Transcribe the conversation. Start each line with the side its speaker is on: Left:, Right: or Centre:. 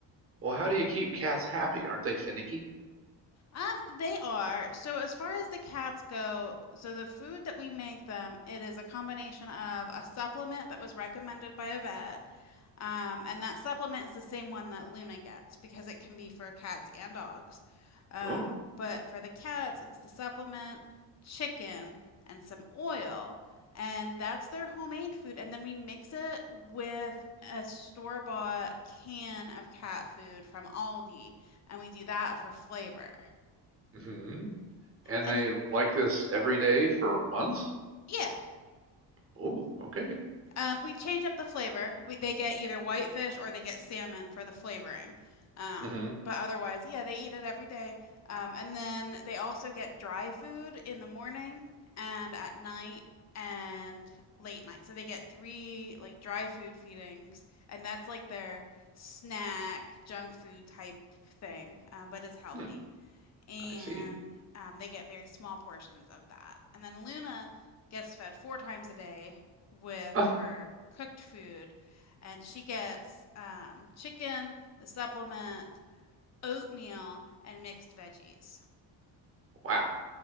Right: Well, how do you keep cats happy? Aren't they finicky?
Left: Um, they are. So as far as the cats go, so the food that we make them, it is a combination of a supplement that was recommended by a vet. Um, and that supplement is the same one that Luna gets because it can be for cats and dogs. Um,
Right: Oh.
Left: but for the cats, it's the supplement, chicken, and some oil. And that's their homemade food. And then we mix it with a store-bought can of cat food from Aldi, and we do that for flavor.
Right: hmm And
Left: And
Right: they like this every day for months?
Left: yeah,
Right: Oh, okay.
Left: um, we change up the flavor. We they get either whitefish or they get salmon for the flavoring. Um,
Right: hmm
Left: but otherwise, yeah, they eat it every day. Um, and then they also get dry food in the morning and at night and late night. So they get three like dry food feedings, and that's like their snack, junk food type thing, um, but it's healthy.
Right: Hmm.
Left: and
Right: I see.
Left: um, they get very small portions of that. And then Luna gets fed four times a day with
Right: Oh,
Left: her cooked food, and she gets um, chicken, the supplement, oatmeal, and mixed veggies.
Right: wow.